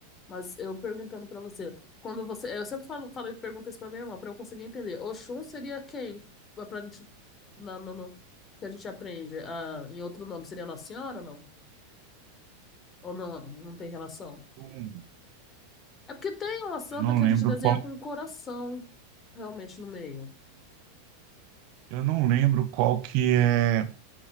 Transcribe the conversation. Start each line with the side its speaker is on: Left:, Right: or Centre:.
Left: Mas eu perguntando pra você, quando você, eu sempre falo, falei, pergunto isso pra minha irmã, pra eu conseguir entender. Oxum seria quem? Pra pra gente, na- no, no- que a gente aprende, ah, em outro nome, seria Nossa Senhora, não? Ou não, não tem relação?
Right: Hum,
Left: É porque tem uma santa
Right: Eu não
Left: que
Right: lembro
Left: a gente desenha
Right: qual,
Left: com um coração realmente no meio.
Right: eu não lembro qual que é,